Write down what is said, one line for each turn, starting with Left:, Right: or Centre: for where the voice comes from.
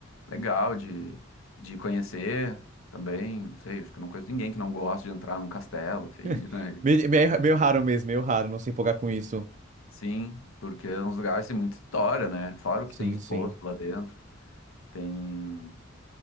Left: legal de, de conhecer também. Não sei, acho que eu não conheço ninguém que não gosta de entrar num castelo, assim,
Right: <laughs>
Left: <laughs> né?
Right: Meio, meio meio raro mesmo, meio raro não se empolgar com isso.
Left: Sim, porque é uns lugares que tem muita história, né? Fora o
Right: Sim,
Left: que tem exposto
Right: sim.
Left: lá dentro. Tem.